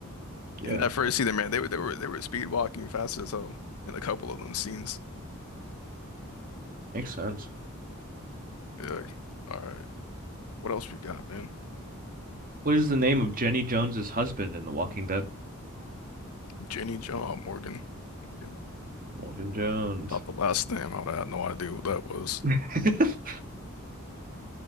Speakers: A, on the right; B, on the left.
A: Yeah,
B: In that first scene, man, they were they were they were speed walking fast as hell in a couple of them scenes.
A: makes sense.
B: Yeah, like, all right, what else we got, man?
A: What is the name of Jenny Jones's husband in The Walking Dead?
B: Jenny John Morgan Morgan.
A: Morgan Jones.
B: I thought the last name, I would have no idea what that was.
A: <laughs> That's